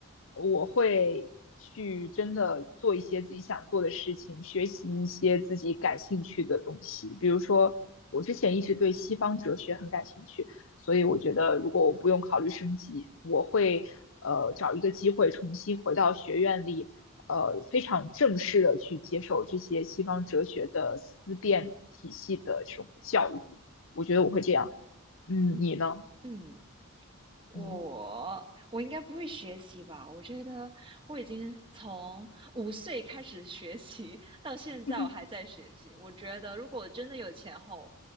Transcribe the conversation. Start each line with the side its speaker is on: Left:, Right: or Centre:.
Left: 我会去真的做一些自己想做的事情，学习一些自己感兴趣的东西。比如说，我之前一直对西方哲学很感兴趣，所以我觉得如果我不用考虑升级，我会呃找一个机会重新回到学院里，呃非常正式的去接受这些西方哲学的思辨体系的这种教育。我觉得我会这样。嗯，你呢？
Right: 嗯，我我应该不会学习吧？
Left: 嗯
Right: 我觉得我已经从五岁开始学习，到现在我还在学习。
Left: <laughs>
Right: 我觉得如果我真的有钱后，